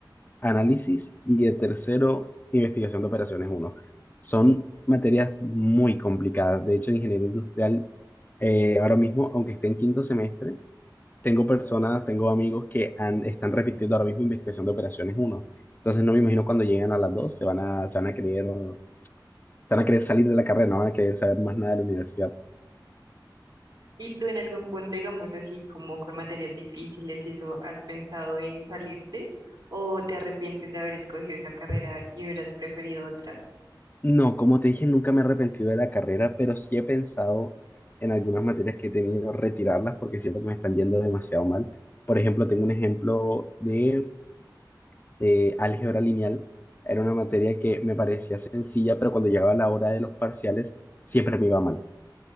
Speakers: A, on the left; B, on the right.
A: análisis y de tercero, investigación de operaciones uno Son materias muy complicadas. De hecho, en ingeniería industrial, eh, ahora mismo, aunque esté en quinto semestre, tengo personas, tengo amigos que han- están repitiendo ahora mismo investigación de operaciones uno Entonces no me imagino cuando lleguen a las 2 se van a, se van a querer, se van a querer salir de la carrera, no van a querer saber más nada de la universidad.
B: ¿Y tú en algún punto, digamos así, como con materias difíciles y eso, has pensado en salirte o te arrepientes de haber escogido esa carrera y hubieras preferido otra?
A: No, como te dije, nunca me he arrepentido de la carrera, pero sí he pensado en algunas materias que he tenido retirarlas porque siento que me están yendo demasiado mal. Por ejemplo, tengo un ejemplo de eh, álgebra lineal. Era una materia que me parecía sencilla, pero cuando llegaba la hora de los parciales siempre me iba mal.